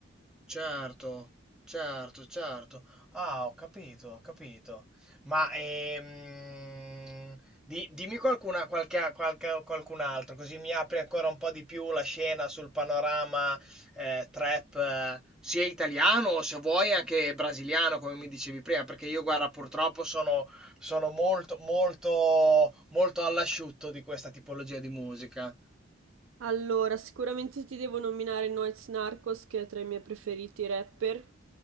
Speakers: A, in the centre; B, on the right (about 75°).
A: Certo, certo, certo. Ah, ho capito, ho capito. Ma ehm, di- dimmi qualcuna, qualche, qualche- qualcun altro, così mi apri ancora un po' di più la scena sul panorama eh, trap, eh, sia italiano o se vuoi anche brasiliano, come mi dicevi prima, perché io, guarda, purtroppo sono, sono molto, molto, molto all'asciutto di questa tipologia di musica.
B: Allora, sicuramente ti devo nominare Noyz Narcos, che è tra i miei preferiti rapper.